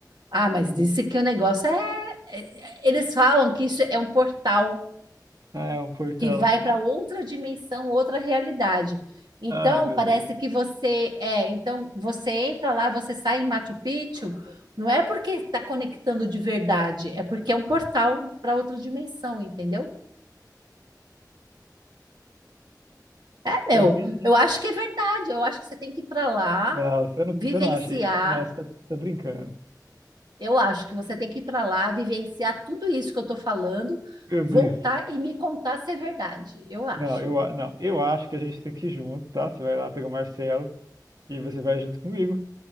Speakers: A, on the right (about 80°); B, on the right (about 60°).
A: Ah, mas disse que o negócio é. é- é- Eles falam que isso é um portal
B: Ah, é um portal.
A: que vai para outra dimensão, outra realidade. Então,
B: Ah, meu
A: parece
B: Deus.
A: que você é, então você entra lá, você sai em Machu Picchu, não é porque está conectando de verdade, é porque é um portal para outra dimensão, entendeu? É,
B: Eu
A: meu,
B: entendi.
A: eu acho que é verdade. Eu acho que você tem que ir para lá,
B: Não, você não,
A: vivenciar.
B: você não acha aí. Não, você tá, tá brincando.
A: Eu acho que você tem que ir para lá, vivenciar tudo isso que eu estou falando,
B: Meu
A: voltar
B: Deus.
A: e me contar se é verdade. Eu acho.
B: Não, eu, a- não, eu acho que a gente tem que ir junto, tá? Você vai lá pegar o Marcelo e você vai junto comigo,